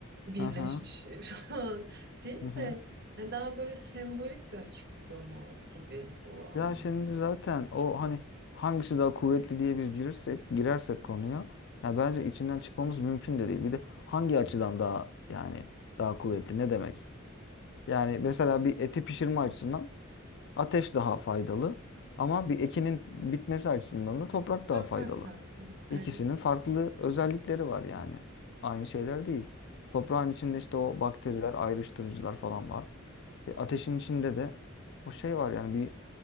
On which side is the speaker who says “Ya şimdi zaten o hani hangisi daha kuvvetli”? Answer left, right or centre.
Left